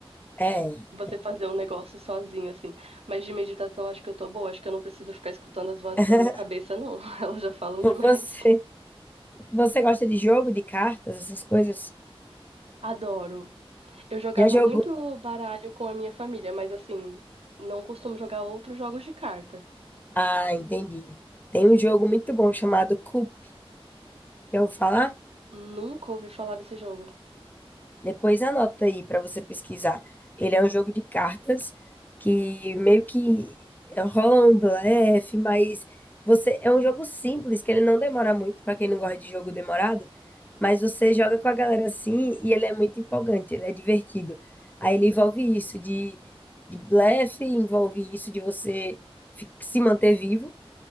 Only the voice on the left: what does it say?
É.
<laughs>
Você, você gosta de jogo, de cartas, essas coisas?
Já jogou?
Ah, entendi. Tem um jogo muito bom chamado Coup. Já ouviu falar?
Depois anota aí para você pesquisar. Ele é um jogo de cartas que meio que rola um blefe, mas você é um jogo simples que ele não demora muito para quem não gosta de jogo demorado, mas você joga com a galera assim e ele é muito empolgante, ele é divertido. Aí ele envolve isso de, de blefe, envolve isso de você fi- se manter vivo.